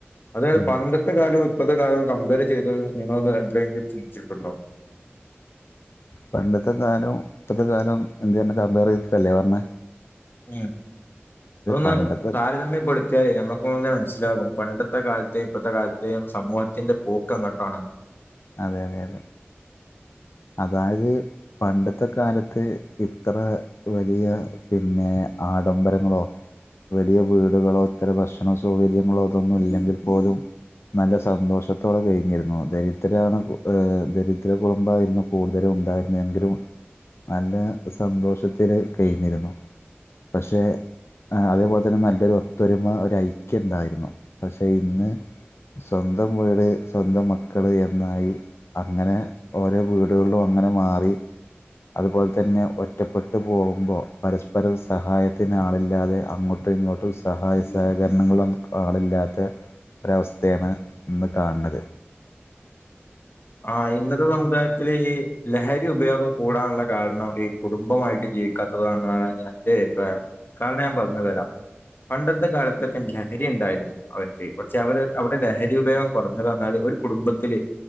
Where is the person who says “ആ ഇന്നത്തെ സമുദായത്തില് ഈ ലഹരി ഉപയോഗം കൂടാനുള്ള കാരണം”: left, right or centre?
Left